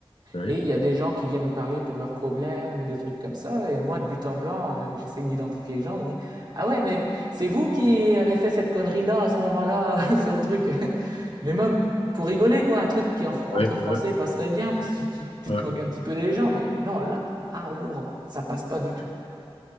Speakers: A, on the left; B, on the right.
A: Oui,
B: Et il y a des gens qui viennent nous parler pour leurs problèmes ou des trucs comme ça. Et moi, de but en blanc, euh, j'essaie d'identifier les gens. Je dis, ah ouais, mais c'est vous qui avez fait cette connerie-là à ce moment-là <laughs> sur le truc. <laughs> mais même pour rigoler, quoi, un truc qui en entre
A: ouais,
B: français
A: ouais,
B: passerait bien parce que tu, tu
A: ouais.
B: te moques un petit peu des gens. Mais non, là, ah, ouh, ça passe pas du tout.